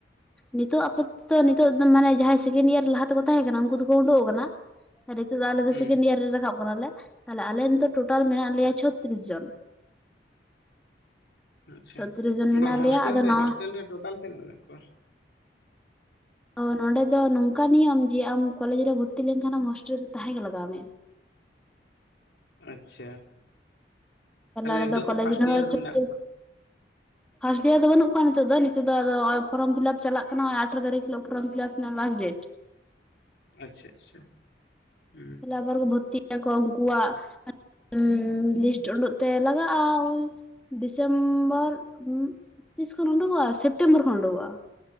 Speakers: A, in the centre; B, on the left.
A: ᱱᱤᱛᱚᱜ ᱟᱯᱚ ᱱᱤᱛᱚᱜ ᱫᱚ ᱢᱟᱱᱮ ᱡᱟᱦᱟᱸᱭ ᱥᱮᱠᱮᱱᱰ ᱤᱭᱟᱨ ᱞᱟᱦᱟ ᱛᱮᱠᱚ ᱛᱟᱦᱮᱸ ᱠᱟᱱᱟ ᱩᱱᱠᱩ ᱫᱚᱠᱚ ᱩᱸᱰᱩ ᱟᱠᱟᱱᱟ᱾ ᱱᱤᱛᱚᱜ ᱫᱚ ᱟᱞᱮ ᱫᱚ
B: ᱦᱩᱸ
A: ᱥᱮᱠᱮᱱᱰ ᱤᱭᱟᱨ ᱨᱮ ᱨᱟᱠᱟᱵ ᱠᱟᱱᱟ ᱞᱮ ᱛᱟᱦᱞᱮ ᱟᱞᱮ ᱱᱤᱛᱚᱜ ᱴᱳᱴᱟᱞ ᱢᱮᱱᱟᱜ ᱞᱮᱭᱟ ᱪᱷᱚᱛᱨᱤᱥ ᱡᱚᱱ
B: ᱦᱩ ᱟᱪᱪᱷᱟ
A: ᱪᱷᱚᱛᱨᱤᱥ ᱡᱚᱱ ᱢᱮᱱᱟᱜ
B: ᱵᱟᱝ
A: ᱞᱮᱭᱟ
B: ᱦᱳᱥᱴᱮᱞ
A: ᱟᱫᱚ
B: ᱨᱮ
A: ᱱᱟᱣᱟ
B: ᱦᱳᱥᱴᱮᱞ ᱨᱮ ᱴᱳᱴᱟᱞ ᱛᱤᱱᱟᱹᱜ ᱢᱮᱱᱟᱜ ᱠᱚᱣᱟ᱾
A: ᱛᱚ ᱱᱚᱸᱰᱮ ᱫᱚ ᱱᱚᱝᱠᱟ ᱱᱤᱭᱚᱢ ᱡᱮ ᱟᱢ ᱠᱚᱞᱮᱡ ᱨᱮ ᱵᱷᱚᱨᱛᱤ ᱞᱮᱱᱠᱷᱟᱱ ᱟᱢ ᱦᱚᱳᱥᱴᱮᱞ ᱨᱮᱫᱚ ᱛᱟᱦᱮᱸᱜ ᱞᱟᱜᱟᱣ ᱢᱮ
B: ᱟᱪᱪᱷᱟ ᱛᱟᱦᱞᱮ
A: ᱟᱞᱮ
B: ᱱᱤᱛᱚᱜ ᱫᱚ
A: ᱠᱚᱞᱮᱡᱽ
B: ᱯᱷᱟᱥᱴ
A: ᱨᱮᱦᱚᱸ
B: ᱤᱭᱟᱨ ᱦᱚᱸ
A: ᱪᱷᱚᱛᱨᱤᱥ
B: ᱢᱮᱱᱟᱜ ᱠᱚᱣᱟ᱾
A: ᱯᱷᱟᱥᱴ ᱮᱭᱟᱨ ᱫᱚ ᱟᱫᱚ ᱵᱟᱹᱱᱩᱜ ᱠᱚᱣᱟ ᱱᱤᱛᱚᱜ ᱫᱚ ᱱᱤᱛ ᱫᱚ ᱟᱜ ᱟᱫᱚ ᱯᱷᱚᱨᱢ ᱯᱷᱤᱞᱟᱯ ᱪᱟᱞᱟᱜ ᱠᱟᱱᱟ ᱟᱴᱷᱨᱚ ᱛᱟᱨᱤᱠᱷ ᱦᱤᱞᱳ ᱯᱷᱚᱨᱚᱢ ᱯᱷᱤᱞᱟᱯ ᱨᱮᱱᱟᱜ ᱞᱟᱥᱴ ᱰᱮᱴ
B: ᱟᱪᱪᱷᱟ ᱟᱪᱪᱷᱟ ᱦᱩᱸ
A: ᱛᱟᱦᱞᱮ ᱟᱵᱟᱨ ᱠᱩ ᱵᱷᱚᱨᱛᱤ ᱟᱠᱚ ᱩᱱᱠᱩᱣᱟᱜ ᱩᱰᱩᱜ ᱛᱮ ᱞᱟᱜᱟᱜᱼᱟ ᱳ ᱰᱤᱥᱮᱢᱵᱚᱨ ᱛᱤᱥ ᱠᱷᱚᱱ ᱩᱰᱩᱠᱚᱜᱼᱟ ᱥᱮ ᱥᱮᱯᱴᱮᱢᱵᱚᱨ ᱠᱷᱚᱱ ᱩᱰᱩᱠᱚᱜᱼᱟ᱾